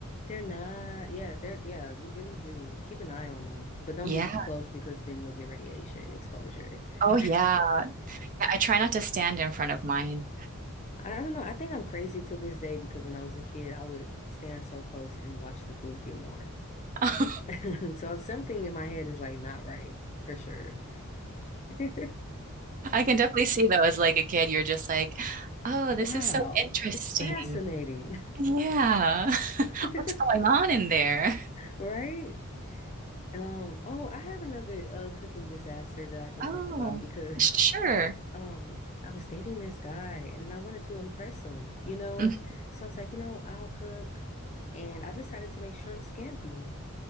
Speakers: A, on the left; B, on the right.
A: they're not, yeah, they're yeah, you really do. Keep an eye on them, but don't
B: Yeah.
A: get too close because then you'll get radiation exposure. <laughs>
B: Oh, yeah.
A: I
B: Yeah, I try not to stand in front of mine.
A: don't know. I think I'm crazy to this day because when I was a kid, I would stand so close and watch the food get warm.
B: <laughs>
A: <laughs> So something in my head is like not right for sure. <laughs>
B: I can definitely see though, as like a kid, you're just like, oh,
A: Wow,
B: this is so interesting.
A: it's fascinating.
B: Yeah. <laughs>
A: <laughs>
B: What's going on in there?
A: Right? Um, oh, I have another uh cooking disaster that I can
B: Oh,
A: talk about because
B: sure.
A: <laughs> um I was dating this guy and then I wanted to impress him, you know?
B: Mm,
A: So I was like, you know, I'll cook and I decided to make shrimp scampi.